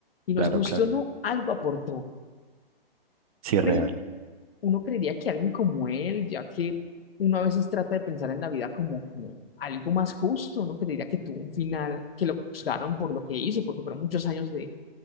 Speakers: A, on the left (about 70°); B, on the right (about 40°).
A: y nos
B: Claro,
A: gustó
B: claro.
A: o no, algo aportó,
B: Sí, real.
A: pero uno creería que alguien como él, ya que uno a veces trata de pensar en la vida como, como algo más justo, uno creería que tuvo un final, que lo juzgaron por lo que hizo, porque fueron muchos años de,